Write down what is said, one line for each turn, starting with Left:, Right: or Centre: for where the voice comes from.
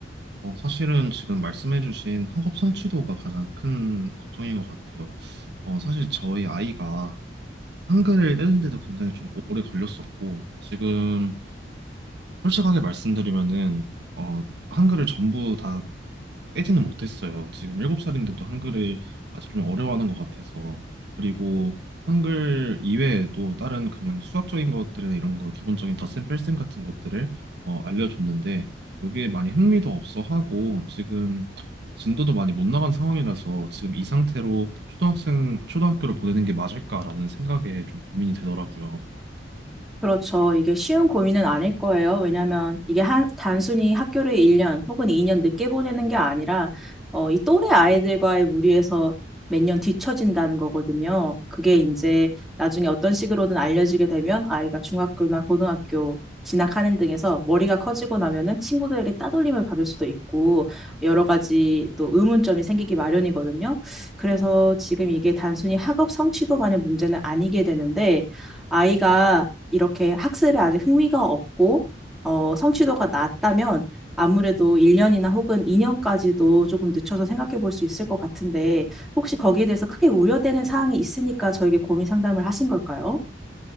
Right: 어, 사실은 지금 말씀해주신 학업 성취도가 가장 큰 걱정인 것 같아요. 어, 사실 저희 아이가 한글을 떼는데도 굉장히 좀 오래 걸렸었고, 지금 솔직하게 말씀드리면은 어, 한글을 전부 다 깨지는 못했어요. 지금 7살인데도 한글을 아직 좀 어려워하는 것 같아서 그리고 한글 이외에 도 다른 그냥 수학적인 것들이나 이런 거 기본적인 덧셈 뺄셈 같은 것들을 어, 알려줬는데 요게 많이 흥미도 없어 하고 지금 진도도 많이 못 나간 상황이라서 지금 이 상태로 초등학생 초등학교를 보내는 게 맞을까라는 생각에 좀 고민이 되더라고요.
Centre: 그렇죠. 이게 쉬운 고민은 아닐 거예요. 왜냐하면 이게 한, 단순히 학교를 1년 혹은 2년 늦게 보내는 게 아니라 어, 이 또래 아이들과의 무리에서 몇 년 뒤처진다는 거거든요. 그게 이제 나중에 어떤 식으로든 알려지게 되면 아이가 중학교나 고등학교 진학하는 등에서 머리가 커지고 나면은 친구들에게 따돌림을 받을 수도 있고 여러 가지 또 의문점이 생기기 마련이거든요. 그래서 지금 이게 단순히 학업 성취도만의 문제는 아니게 되는데 아이가 이렇게 학습에 아직 흥미가 없고 어, 성취도가 낮다면 아무래도 1년이나 혹은 2년까지도 조금 늦춰서 생각해 볼 수 있을 것 같은데 혹시 거기에 대해서 크게 우려되는 사항이 있으니까 저에게 고민 상담을 하신 걸까요?